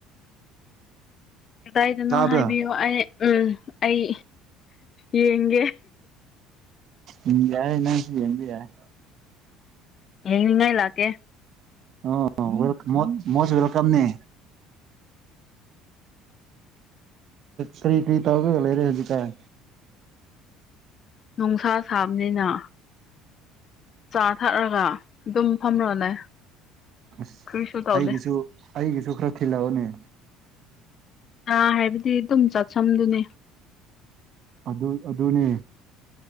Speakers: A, on the left (about 45°); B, on the right (about 55°).
A: ꯀꯗꯥꯏꯗꯅꯣ
B: ꯇꯥꯕ꯭ꯔꯥ
A: ꯍꯥꯏꯕꯤꯌꯣ ꯑꯩ ꯎꯝ ꯑꯩ ꯌꯦꯡꯒꯦ
B: ꯎꯝ ꯌꯥꯏ ꯅꯪꯁꯨ ꯌꯦꯡꯕ ꯌꯥꯏ
A: ꯌꯦꯡꯅꯤꯡꯉꯥꯏ ꯂꯥꯛꯀꯦ
B: ꯑꯣ ꯋꯦꯜ ꯃꯣꯁ ꯃꯣꯁ ꯋꯦꯜꯀꯝ ꯅꯦ ꯀꯔꯤ ꯀ꯭ꯔꯤ ꯇꯧꯔꯒ ꯂꯩꯔꯦ ꯍꯨꯖꯤꯛꯀꯥꯟ
A: ꯅꯨꯡꯁꯥ ꯁꯥꯕꯅꯤꯅ ꯆꯥ ꯊꯛꯔꯥꯒ ꯑꯗꯨꯝ ꯐꯝꯔꯥꯒ ꯂꯩ
B: ꯑꯁ
A: ꯀꯔꯤꯁꯨ ꯇꯧꯗꯦ
B: ꯑꯩꯒꯤꯁꯨ ꯑꯩꯒꯤꯁꯨ ꯈꯔ ꯊꯤꯜꯂꯛꯑꯣꯅꯦ
A: ꯑꯥ ꯍꯥꯏꯕꯗꯤ ꯑꯗꯨꯝ ꯆꯠꯁꯝꯗꯨꯅꯦ
B: ꯑꯗꯨ ꯑꯗꯨꯅꯦ